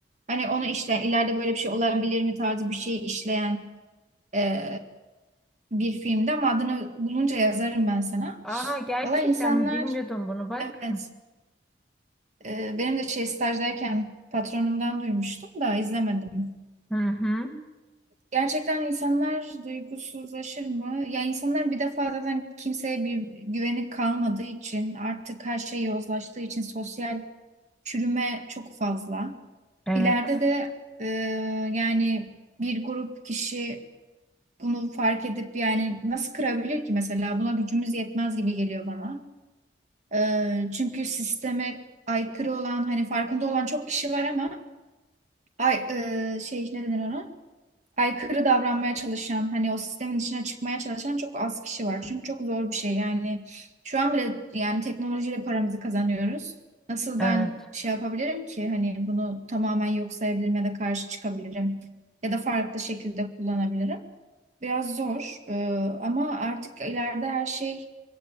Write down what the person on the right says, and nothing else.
Hani onu işleyen ileride böyle bir şey olabilir mi tarzı bir şey işleyen e, bir filmde ama adını bulunca yazarım ben sana.
Valla insanlar
evet Ee, benim de şey stajdayken patronumdan duymuştum da izlemedim.
Gerçekten insanlar duygusuzlaşır mı? Ya insanlar bir defa zaten kimseye bir güveni kalmadığı için artık her şey yozlaştığı için sosyal çürüme çok fazla.
İleride de e, yani bir grup kişi bunu fark edip yani nasıl kırabilir ki mesela? Buna gücümüz yetmez gibi geliyor bana. Ee, çünkü sisteme aykırı olan hani farkında olan çok kişi var ama ay, e, şey ne denir ona? Aykırı davranmaya çalışan, hani o sistemin içine çıkmaya çalışan çok az kişi var. Çünkü çok zor bir şey. Yani şu an bile yani teknolojiyle paramızı kazanıyoruz. Nasıl
ben şey yapabilirim ki hani bunu tamamen yok sayabilirim ya da karşı çıkabilirim ya da farklı şekilde kullanabilirim. Biraz zor e, ama artık ileride her şey